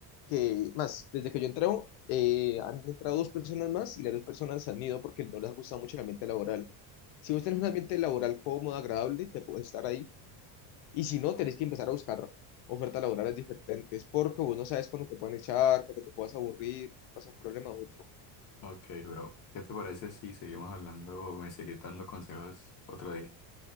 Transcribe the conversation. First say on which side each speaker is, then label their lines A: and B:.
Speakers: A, on the left (about 70°); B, on the left (about 45°).
A: que, más, desde que yo entré, eh, han entrado dos personas más y las dos personas se han ido porque no les ha gustado mucho el ambiente laboral. Si vos tenés un ambiente laboral cómodo, agradable, te puedes estar ahí. Y si no, tenés que empezar a buscar ofertas laborales diferentes porque vos no sabes cuándo te pueden echar, cuándo te puedas aburrir, pasa un problema u otro.
B: Ok, bro. ¿Qué te parece si seguimos hablando o me seguís dando consejos otro día?